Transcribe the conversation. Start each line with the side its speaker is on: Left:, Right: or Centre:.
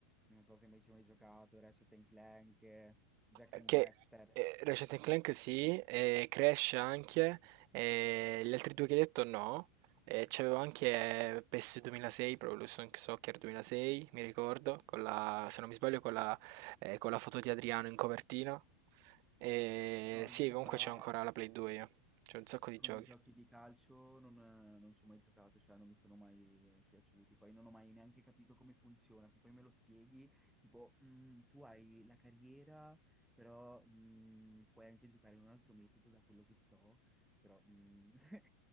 Centre: non so se mai ci hai mai giocato, Ratchet and Clank, eh, Jack
Right: Eh,
Centre: and
Right: Che
Centre: Dexter.
Right: eh, Ratchet and Clank sì, e Crash anche, e gli altri due che hai detto no. E c'avevo anche eh, PES 2006, proprio lo Sonic Soccer 2006, mi ricordo, con la- se non mi sbaglio con la, eh, con la foto di Adriano in copertina. E
Centre: No,
Right: sì,
Centre: io
Right: comunque
Centre: già
Right: c'è ancora la Play 2 io, c'è un sacco di
Centre: Con
Right: giochi.
Centre: i giochi di calcio non, eh, non ci ho mai giocato, cioè non mi sono mai piaciuti. Poi non ho mai neanche capito come funziona. Se poi me lo spieghi, tipo, "Mm, tu hai la carriera, però mm, puoi anche giocare in un altro metodo, da quello che so, però mm, <laughs>